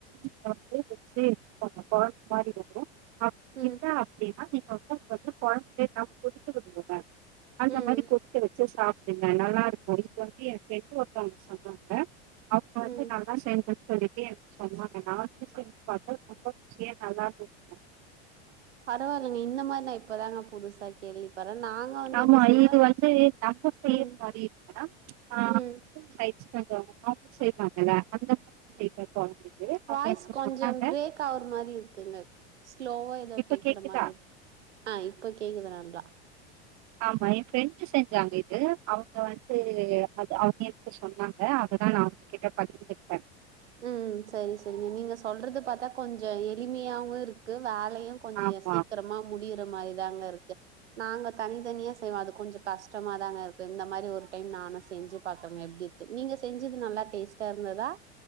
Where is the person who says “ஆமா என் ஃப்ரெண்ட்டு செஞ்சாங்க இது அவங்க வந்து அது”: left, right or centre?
Right